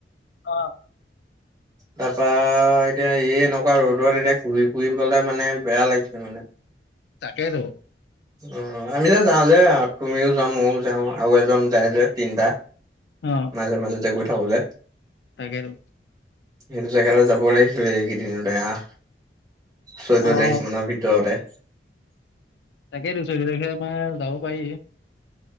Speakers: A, on the left (about 65°); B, on the right (about 20°).
A: অ'
B: তাৰপা এতিয়া এই এনেকুৱা ৰ'দত এতিয়া ঘূৰি ফুৰিবলে মানে বেয়া লাগিছে মানে।
A: তাকেইতো।
B: অ আমি যে যাওঁ যে তুমিও যাওঁ মইও যাওঁ আৰু এজন যায় যে তিনটা।
A: অঁ
B: মাজে মাজেতে গৈ থাকো যে
A: তাকেই তো
B: সেইটো জেগালৈ যাব লাগিছিলে, এইকেইদিনতে আঠ চৈধ্য
A: অ'
B: তাৰিখ মানৰ ভিতৰতে
A: তাকেই তো চৈধ্য তাৰিখে আমাৰ যাব পাৰি।